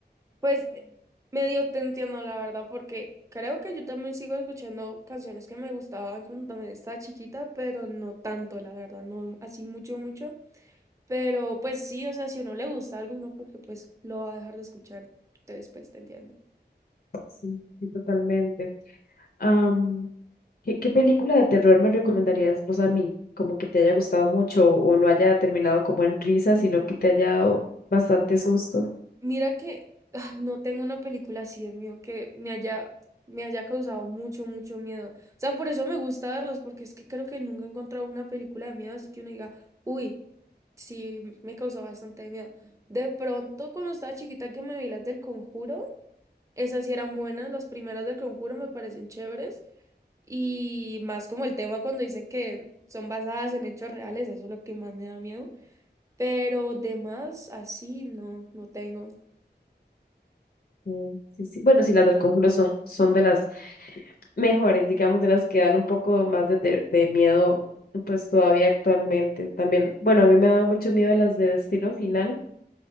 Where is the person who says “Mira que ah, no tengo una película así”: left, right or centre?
Right